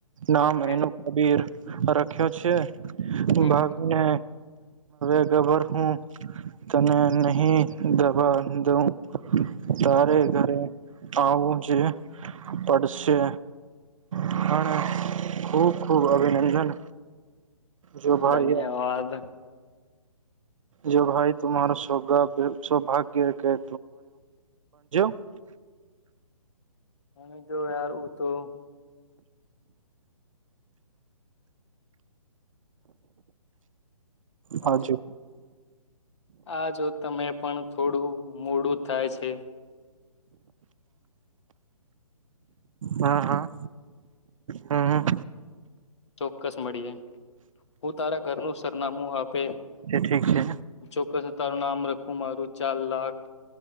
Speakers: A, on the right; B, on the left.
A: નામ
B: એમ
A: એનું કબીર રખ્યો છે
B: હમ.
A: ભાગને <unintelligible> હમ તને નહી દબા દવ તારે
B: હમ
A: ઘરે આવું જે પડશે <unintelligible> ખૂબ ખૂબ અભિનંદન જો ભાઈ
B: અ ધન્યવાદ
A: જો ભાઈ તુંમાર સૌભાગ્ય સૌભાગ્ય કે <unintelligible>
B: એ તો યાર ઉતો હાજુ
A: આવજે
B: આ જો તમે પણ થોડું મોડું થાય છે
A: હા હા હમ હમ
B: ચોક્કસ મળીએ હું તારા ઘરનું સરનામું આપે
A: એ ઠીક છે
B: ચોક્કસ તારું નામ રખું મારું ચાર લાખ